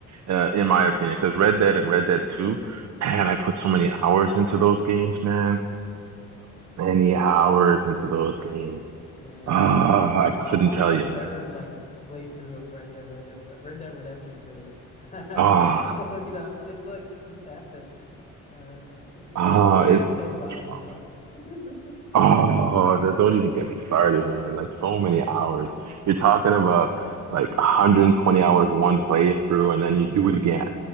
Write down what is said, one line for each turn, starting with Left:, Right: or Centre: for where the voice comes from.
Right: uh, in my opinion because Red Dead and Red Dead Two, man, I put so many hours into those games, man. Many hours into those games.
Left: Man,
Right: Ah,
Left: yeah. I'm
Right: uh, I
Left: I'm
Right: couldn't
Left: on
Right: tell
Left: my
Right: you, man.
Left: third like playthrough of Red Dead Red Dead uh, Red Dead Redemption 2. <laughs> Um,
Right: Ah,
Left: <laughs> you know, it's like you just have to uh s- and
Right: uh, ah,
Left: like
Right: it's
Left: GTA 5
Right: it's
Left: as
Right: rough.
Left: well. <laughs>
Right: Oh, that don't even get me started, man. Like so many hours. You're talking about like 120 hours one playthrough and then you do it again.